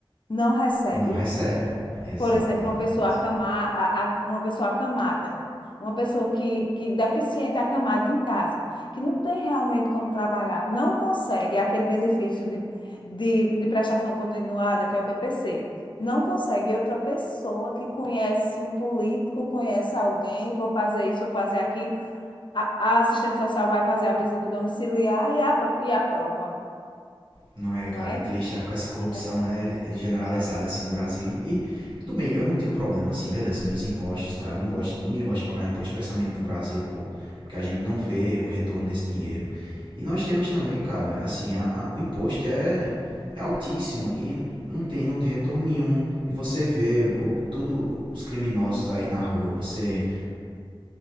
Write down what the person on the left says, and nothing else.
não recebe.
por exemplo, uma pessoa acamar, a- a- uma pessoa acamada, uma pessoa que, que deficiente acamada em casa, que não tem realmente como trabalhar, não consegue é aquele benefício de, de, de prestação continuada, que é o BPC. Não consegue. E outra pessoa que conhece um político, conhece alguém, vou fazer isso, vou fazer aquilo. A, a assistente social vai fazer a visita domiciliar e, apro e aprova,
não é?
E recebe.